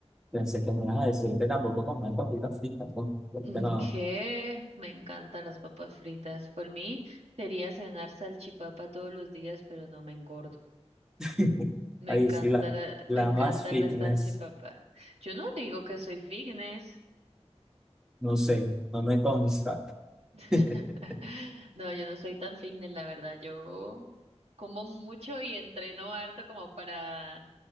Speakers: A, in the centre; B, on the right.
A: Pensé que me ibas a decir que tampoco comen papitas fritas, pues, porque
B: Mm,
A: no.
B: ¿Qué? Me encantan las papas fritas. Por mí sería cenar salchipapa todos los días, pero no me engordo.
A: <laughs>
B: Me
A: Ahí
B: encanta
A: sí, la,
B: la,
A: la
B: me encanta
A: más fitness,
B: la salchipapa. Yo no digo que soy fitness.
A: no sé, no me consta.
B: <laughs>
A: <laughs>
B: No, yo no soy tan fitness, la verdad. Yo como mucho y entreno harto como para